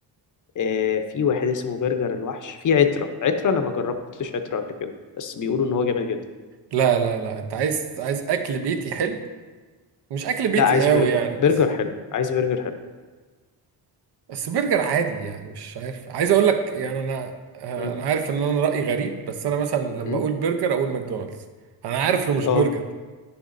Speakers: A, on the left (about 45°); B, on the right (about 70°).
A: آه، في واحد اسمه برجر الوحش في عترة عترة انا ما جربتش عترة قبل كده بس بيقولوا ان هو جامد جدا
B: لا لا لا انت عايز عايز اكل بيتي حلو مش اكل بيتي
A: لا عايز برجر
B: قوي يعني
A: برجر
B: بس
A: حلو عايز برجر حلو
B: بس برجر عادي يعني مش عارف عايز اقول لك يعني انا آه،
A: م-
B: انا عارف ان انا رايي غريب بس انا مثلا لما
A: م.
B: اقول برجر اقول ماكدونالدز انا عارف انه مش
A: اه
B: برجر